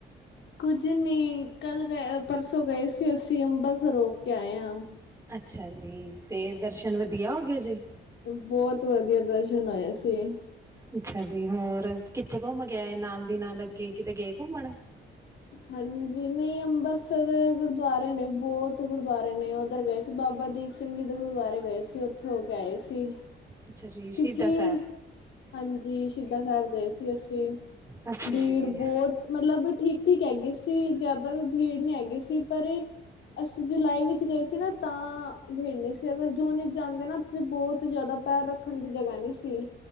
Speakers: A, on the left; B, on the right.
A: ਕੁੱਝ ਨਹੀਂ, ਕੱਲ ਗਏ ਪਰਸੋਂ, ਗਏ ਸੀ ਅਸੀਂ ਅੰਬਰਸਰ ਹੋ ਕੇ ਆਏ ਆ
B: ਅੱਛਾ ਜੀ, ਤੇ ਦਰਸ਼ਨ ਵਧੀਆ ਹੋ ਗਏ ਜੇ
A: ਬਹੁਤ ਵਧੀਆ, ਦਰਸ਼ਨ ਆਏ ਸੀ।
B: ਅੱਛਾ ਜੀ, ਹੋਰ ਕਿੱਥੇ ਘੁੰਮ ਕੇ ਆਏ ਨਾਲ ਦੀ ਨਾਲ, ਅੱਗੇ ਕਿਤੇ ਗਏ ਘੁੰਮਣ?
A: ਹਾਂਜੀ, ਨਹੀਂ ਅੰਬਰਸਰ ਗੁਰਦੁਆਰੇ ਨੇ ਬਹੁਤ ਗੁਰਦੁਆਰੇ ਨੇ, ਉੱਧਰ ਗਏ ਸੀ ਬਾਬਾ ਦੀਪ ਸਿੰਘ ਜੀ ਦੇ ਗੁਰਦੁਆਰੇ ਗਏ ਸੀ। ਉੱਥੇ ਹੋ ਕੇ ਆਏ ਸੀ।
B: ਅੱਛਾ ਜੀ ਸ਼ਹੀਦਾਂ
A: ਕਿਉਂਕਿ
B: ਸਾਹਿਬ
A: ਹਾਂਜੀ, ਸ਼ਹੀਦਾ ਸਾਹਿਬ ਗਏ ਸੀ ਅਸੀਂ
B: ਅੱਛਾ
A: ਭੀੜ
B: ਜੀ
A: ਬਹੁਤ ਮਤਲਬ, ਠੀਕ- ਠੀਕ ਹੈਗੀ ਸੀ। ਜ਼ਿਆਦਾ ਵੀ ਭੀੜ ਨਈ ਹੈਗੀ ਸੀ ਪਰ ਅਸੀਂ, ਜੁਲਾਈ ਵਿੱਚ ਗਏ ਸੀ ਨਾ, ਤਾਂ ਭੀੜ ਨਈ ਸੀ, ਅਗਰ ਜੂਨ ਵਿੱਚ ਜਾਂਦੇ ਨਾ ਬਹੁਤ ਜ਼ਿਆਦਾ, ਪੈਰ ਰੱਖਣ ਦੀ ਜਗ੍ਹਾ ਨਈ ਸੀ